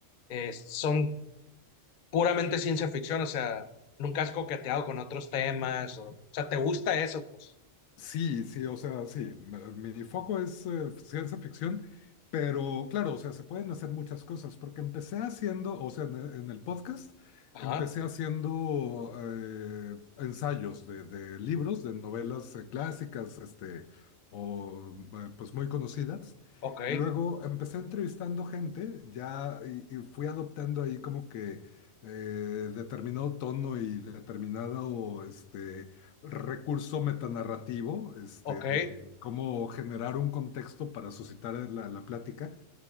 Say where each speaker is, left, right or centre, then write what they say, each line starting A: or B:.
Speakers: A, on the left (about 55°); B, on the left (about 85°).
A: eh, son puramente ciencia ficción, o sea, nunca has coqueteado con otros temas, o, o sea, te gusta eso, pues.
B: Sí, sí, o sea, sí, m- mi foco es eh, ciencia ficción, pero claro, o sea, se pueden hacer muchas cosas, porque empecé haciendo, o sea, en, e- en el podcast,
A: Ajá,
B: empecé haciendo eh, ensayos de, de libros, de novelas eh, clásicas, este, o eh, pues muy conocidas.
A: ok,
B: Luego empecé entrevistando gente, ya, y, y fui adoptando ahí como que eh, determinado tono y determinado, este, recurso metanarrativo, este,
A: ok,
B: de cómo generar un contexto para suscitar la, la plática.